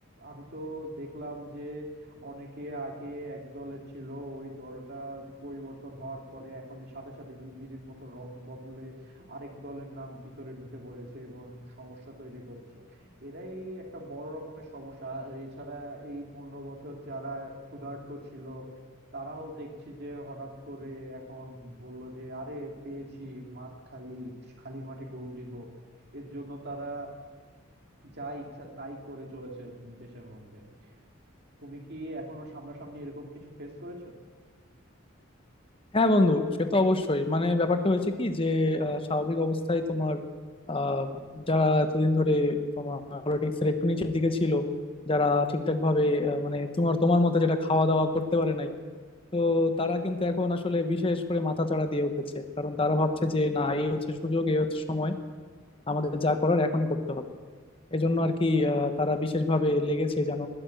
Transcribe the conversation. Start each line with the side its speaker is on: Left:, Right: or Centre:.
Right: আমি তো দেখলাম যে অনেকে আগে এক দলের ছিল ওই দলটা পরিবর্তন হওয়ার পরে এখন সাথে সাথে গিরগিটির মতো রং বদলে আরেক দলের নাম ভিতরে ঢুকে পড়েছে এবং সমস্যা তৈরি করছে এরাই একটা বড় রকমের সমস্যা আর এছাড়া এই পনেরো বছর যারা ক্ষুধার্ত ছিল তারাও দেখছি যে হঠাৎ করে এখন বলল যে আরে পেয়েছি মাঠ খালি খালি মাঠে গোল দিব এর জন্য তারা যা ইচ্ছা তাই করে চলেছে দেশের মধ্যে তুমি কি এখনো সামনাসামনি এরকম কিছু ফেস করেছো
Left: হ্যাঁ বন্ধু সে তো অবশ্যই মানে ব্যাপারটা হয়েছে কি যে আহ, স্বাভাবিক অবস্থায় তোমার আহ, যারা এতদিন ধরে তোমার পলিটিক্স এর একটু নিচের দিকে ছিল যারা ঠিকঠাক ভাবে আহ, মানে তোমার তোমার মতে যেটা খাওয়া দাওয়া করতে পারে নাই তো তারা কিন্তু এখন আসলে বিশেষ করে মাথাচাড়া দিয়ে উঠেছে কারণ তারা ভাবছে যে না এই হচ্ছে সুযোগ এই হচ্ছে সময় আমাদের যা করার এখনই করতে হবে এজন্য আর কি আহ, তারা বিশেষভাবে লেগেছে যেন